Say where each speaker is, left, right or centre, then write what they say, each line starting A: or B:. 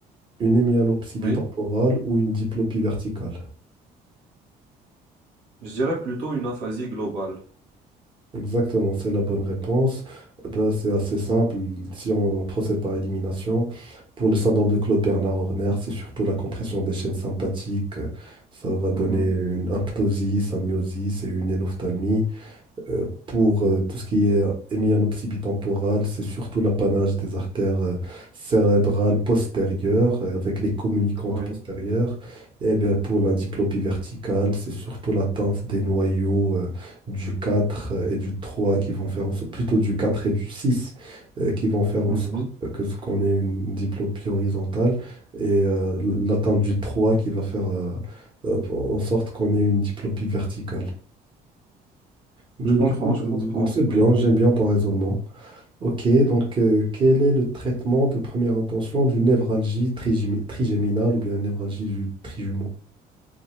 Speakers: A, on the right; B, on the right.
A: une hémianopsie bitemporale
B: Oui,
A: ou une diplopie verticale?
B: je dirais plutôt une aphasie globale.
A: Exactement, c'est la bonne réponse. Eh Ben, c'est assez simple. Si on procède par élimination, pour le syndrome de Claude-Bernard Horner, c'est surtout la compression des chaînes sympathiques. Ça va donner
B: Mhm.
A: une aptosie, symiosis et une énophtalmie. Euh, pour euh, tout ce qui est hémianopsie bitemporale, c'est surtout l'apanage des artères euh, cérébrales postérieures euh, avec les communicantes
B: Oui,
A: postérieures. Et bien, pour la diplopie verticale, c'est surtout l'atteinte des noyaux euh, du 4 et du 3 qui vont faire en sorte, plutôt du 4 et du 6 euh, qui vont faire
B: Mhm.
A: en sorte que ce qu'on ait une diplopie horizontale et euh, l'atteinte du 3 qui va faire euh, euh, en sorte qu'on ait une diplopie verticale. Mais
B: Je comprends,
A: du coup,
B: je comprends,
A: euh, c'est
B: oui.
A: bien, j'aime bien ton raisonnement. Ok, donc euh, quel est le traitement de première intention d'une névralgie trigémi- trigéminale ou bien névralgie du trijumeau?